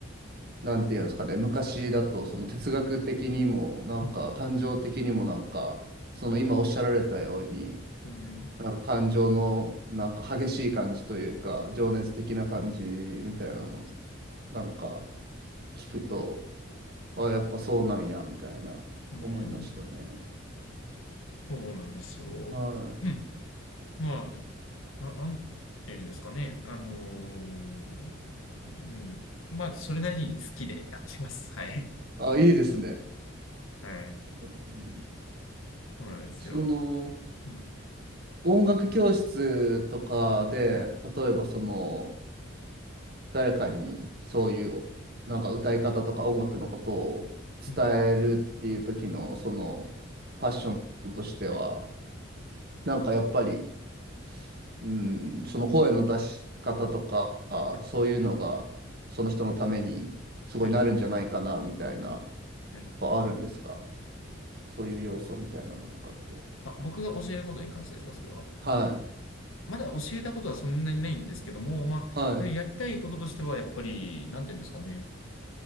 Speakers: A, on the right; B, on the left.
A: なんていうんですかね、昔だとその哲学的にもなんか感情的にもなんか、
B: うん、
A: その今おっしゃられたように、
B: うん、
A: なんか感情のなんか激しい感じというか、情熱的な感じみたいなの、なんか聞くと、あ、やっぱそうなんや、みたいな思いましたね。
B: うん。うんそうなんですよ。
A: はい。
B: うんまあ、な、なんていうんですかね。あのーうん。まあ、それなりに好きでやってます。はい。
A: あ、いいですね。
B: はい。
A: うん
B: そうなんですよ。
A: その、
B: うん。
A: 音楽教室とかで、
B: はい。
A: 例えばその、誰かにそういう、なんか歌い方とか音楽のことを伝えるっていう時の、
B: うんうん
A: その、パッションとしては、なんかやっぱり、うん、その声の出し方とか、
B: はい。
A: そういうのが、その人のためにすごいなるんじゃないかな、
B: はい。
A: みたいな、
B: はい。
A: とかあるんですかそういう要素みたいなのとかって。
B: あ、僕が教えることに関してですか、それは。
A: はい、
B: まだ教えたことはそんなにないんですけども、まあ、
A: はい、
B: やりたいこととしては、やっぱり、なんていうんですかね。